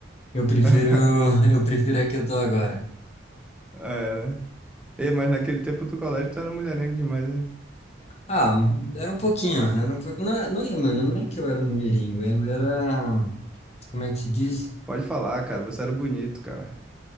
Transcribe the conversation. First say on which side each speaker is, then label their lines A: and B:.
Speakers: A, on the left; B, in the centre.
A: Eu prefiro.
B: <laughs>
A: <laughs> Eu prefiro a que eu tô agora.
B: É, né? Ei, mas naquele tempo do colégio tu era mulherengo demais, hein?
A: Ah, era um pouquinho, mano. Era um pouquinho. Não, é- não é, mano, não é que eu era um mulherengo, eu era. Como é que se diz?
B: Pode falar, cara. Você era bonito, cara.